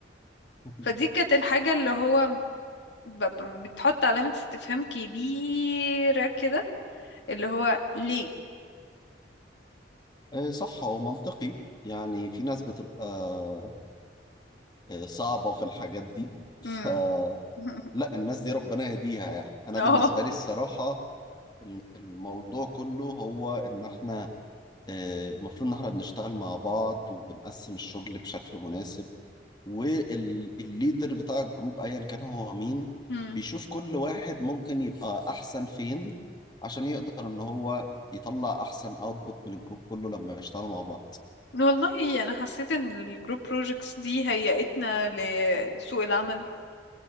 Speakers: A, on the left (about 25°); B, on the left (about 75°).
A: <laughs>
B: فدي كانت الحاجة اللي هو ب- ب- بتحط علامة استفهام كبيرة كده اللي هو ليه
A: آه، صح هو منطقي يعني في ناس بتبقى آه، صعبة في الحاجات دي فلا
B: ليه <laughs>
A: الناس دي ربنا يهديها يعني أنا
B: اه
A: بالنسبة لي الصراحة ال- الموضوع كله هو إن إحنا آه، المفروض إن إحنا بنشتغل مع بعض وبنقسم الشغل بشكل مناسب والليدر بتاع الجروب أيا كان هو مين
B: مم.
A: بيشوف كل واحد ممكن يبقى أحسن فين عشان يقدر إن هو يطلع أحسن أوتبوت من الجروب كله لما يشتغلوا مع بعض
B: والله انا حسيت ان الجروب بروجكتس دي هيئتنا لسوق العمل